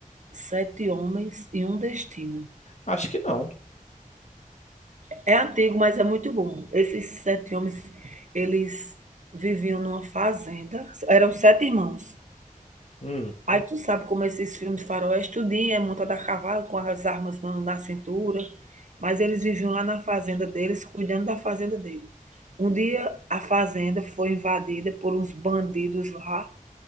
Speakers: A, on the right; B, on the left.
A: Sete Homens e um Destino.
B: Acho que não.
A: É antigo, mas é muito bom. Esses sete homens, eles viviam numa fazenda. Eram sete irmãos.
B: Hum,
A: Aí tu sabe como esses filmes faroeste, tudinho é montado a cavalo, com as armas na, na cintura. Mas eles viviam lá na fazenda deles, cuidando da fazenda dele. Um dia a fazenda foi invadida por uns bandidos lá